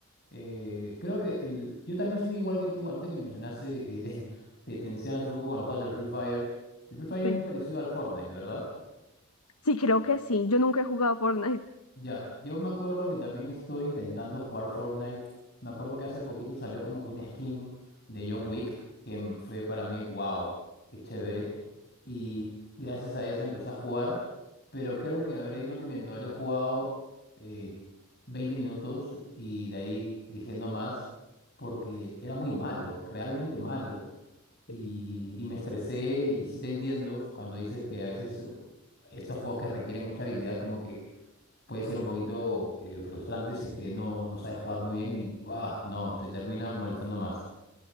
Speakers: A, on the left; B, on the left.
A: Eh, creo que el, yo también soy igual que tú, ahorita que mencionaste que <laughs> te tensionas un poco cuando juegas al Free Fire. El Free Fire
B: sí.
A: es muy parecido al Fortnite, ¿verdad?
B: Sí, creo que sí. Yo nunca he jugado Fortnite.
A: Ya, yo me acuerdo que también estuve intentando jugar Fortnite. Me acuerdo que hace poquito salió como que una skin de John Wick que m- fue para mí, wow, qué chévere. Y gracias a eso empecé a jugar, pero creo que habré, no te miento, habré jugado eh, 20 minutos y de ahí dije no más porque era muy malo, realmente malo. Y,
B: Sí.
A: y me estresé y sí te entiendo cuando dices que a veces eh, estos juegos que requieren mucha habilidad como que puede ser un poquito eh, frustrante si es que no, no sabes jugar muy bien y ¡buah! no, te termina molestando más.